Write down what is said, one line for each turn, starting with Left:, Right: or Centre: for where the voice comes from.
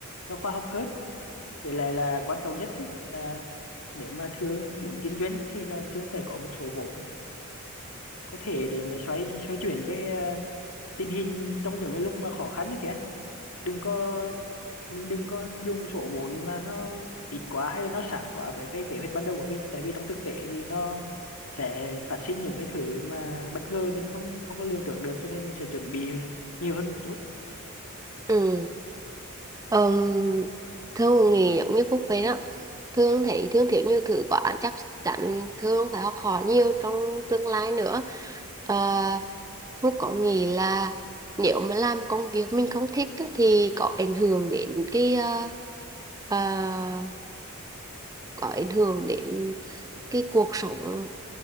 Left: nó khoa học hơn vậy lại là quan trọng nhất ấy là nếu mà thương muốn kinh doanh thì là thương phải có một số vốn có thể để mà xoay xoay chuyển cái à, tình hình trong những cái lúc mà khó khăn đấy kìa đừng có mình đừng có dùng số vốn mà nó ít quá hay là nó sát quá với cái kế hoạch ban đầu của mình tại vì trong thực tế thì nó sẽ phát sinh những cái thứ mà bất ngờ mình không không có lường trước được cho nên mình sẽ chuẩn bị nhiều hơn một chút
Right: ừ um, thương thì giống như Phúc vậy đó thương thì thương kiểu như thử quả chắc chắn thương phải học hỏi nhiều trong tương lai nữa Ờ, Phúc có nghĩ là nếu mà làm công việc mình không thích á, thì có ảnh hưởng đến cái ờ, ờ, có ảnh hưởng đến cái cuộc sống